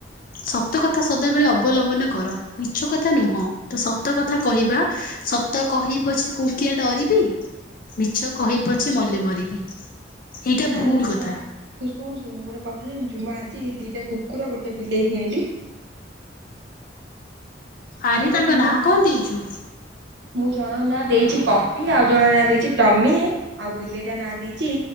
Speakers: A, on the left; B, on the right.
A: ସତ କଥା ସଦାବେଳେ ଅବଲମ୍ବନ କର। ମିଛ କଥା ନୁହଁ। ତ ସତ କଥା କହିବା ସତ କହି ପଛେ କୁଙ୍କିଆ ଡରିବି। ମିଛ କହି ପଛେ ମଲେ ମରିବି। ଏଇଟା
B: ନା
A: ଭୁଲ
B: ନା ତୁ
A: କଥା।
B: ଜାଣ ତୁ ଶୁଣ ଶୁଣୁ ଗୋଟେ କଥା ଜାଣିଚୁ ମୁଁ ଆଜି ଦିଟା କୁକୁର ଗୋଟେ ବିଲେଇ କିଣିଲି।
A: ଆରେ
B: ମାନେ
A: ତାଙ୍କ
B: ମୋ
A: ନାଁ କଣ ଦେଇଚୁ?
B: ମୁଁ ଜଣଙ୍କ ନାଁ ଦେଇଚି ପପି ଆଉ ଜଣଙ୍କ ନାଁ ଦେଇଚି ଟମି ଆଉ ବିଲେଇଟା ନାଁ ଦେଇଚି